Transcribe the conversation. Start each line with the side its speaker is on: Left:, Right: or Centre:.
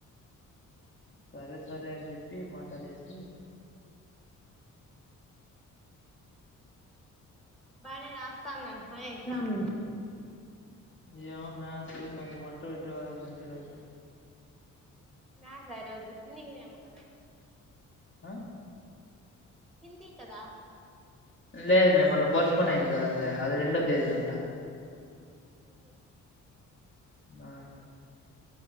Left: సరే సరే అని చెప్పి మాటాడేసి <inaudible>
Centre: బానే రాస్తాంది అంటనా ఎగ్జామ్
Left: ఏమో మ్యాసు కొంచెం అటు ఇటు అయ్యిందంట ఈరోజు
Centre: మ్యాథ్స్ ఆ ఈ రోజు హిందీ ఏమో కదా
Left: ఆ
Centre: హిందీ కదా
Left: లేదు మే మ్మొన్న పోస్ట్
Centre: హిందీ
Left: పోన్ అయ్యింది కదా అది అది రెండో తేదీ నంట
Centre: <inaudible>
Left: <inaudible>